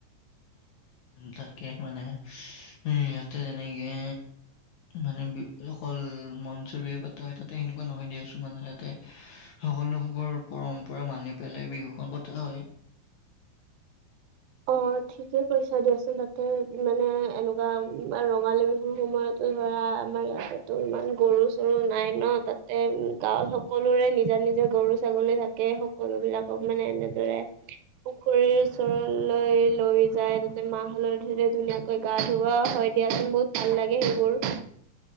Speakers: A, on the left; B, on the right.
A: তাকে মানে, এ ইয়াতে যেনেকে মানে অকল মঞ্চ বিহু পাতা হয়, তাতে সেনেকুৱা নহয় দিয়াচোন মানে তাতে। সকলোবোৰ পৰম্পৰা মানি পেলাই বিহুখন পতা হয়।
B: অ ঠিকে কৈছা দিয়াচোন, তাতে মানে এনেকুৱা ৰঙালী বিহুৰ সময়ত ধৰা, আমাৰ ইয়াতেতো ইমান গৰু-চৰু নাই ন, তাতে গাঁৱত সকলোৰে নিজা নিজা গৰু-ছাগলী থাকে, সকলো বিলাকক মানে এনেদৰে পুখুৰীৰ ওচৰত লয় লৈ যায়, তাতে মাহ-হালধিৰে ধুনীয়াকৈ গা ধুওৱা হয় দিয়াচোন। বহুত ভাল লাগে সেইবোৰ।